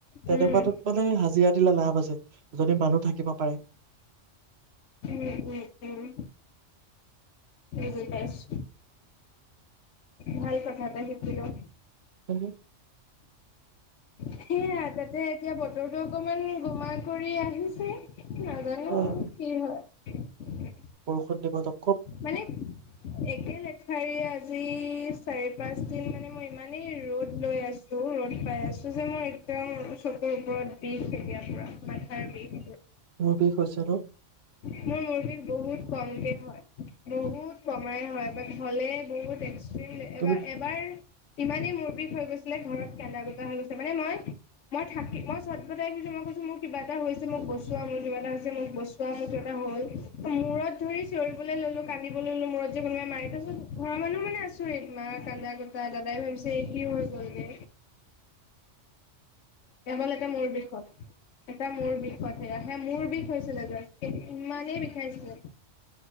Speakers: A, on the right; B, on the left.
A: তেনেকুৱাটোত
B: উম
A: মানে হাজিৰা দিলে লাভ আছে যদি মানুহ থাকিব পাৰে
B: উ উ উম উম গম পাইছো ভাল কথা এটা শিকিলোঁ
A: হ
B: সেয়া তাতে এতিয়া বতৰটো অকনমান গোমাত কৰি আহিছে নাজানো
A: ৰাতিপুৱা
B: আৰু কি হয়
A: সন্দত <unintelligible> দিব তক
B: মানে একে লেঠাৰীয়ে আজি চাৰি পাঁচ দিন মানে মই ইমানেই এ ৰ'দ লৈ আছো ৰ'দ পাই আছো যে মোৰ এক্দম চকুৰ ওপৰত বিষ এতিয়া পুৰা মাথাৰ বিষ
A: মোৰ বিষ হৈছে ন
B: <unintelligible> মোৰ মূৰ বিষ বহুত কমকে হয় বহুত কমাই হয় ব হ'লে বহুত এক
A: তুমি
B: এবাৰ এবাৰ ইমানেই মূৰ বিষ হৈ গৈছিলে ঘৰত কান্দা কাটা হৈ গৈছে, মানে মই মই থাকি মই চত ফটাই ফুইছো মই কৈছো মোৰ কিবা এটা হৈছে মোক বচোৱা মোৰ কিবা এটা হৈছে মোক বচোৱা মোৰ কিবা এটা হল মূৰত ধৰি চিঞৰি লৈ ললো কান্দিব ললো মূৰত যে কোনোবাই মায়ত ঘৰৰ মানুহ মানে আছোঁৰি মা কান্দা কোতা দাদাই ভাবিছে এই কি হৈ গলগে কেৱল এটা মোৰ বিষয় এটা মোৰ বিষত সেয়া সে মোৰ বিষ হৈছিলে যে ইমানেই বিষাইছিলে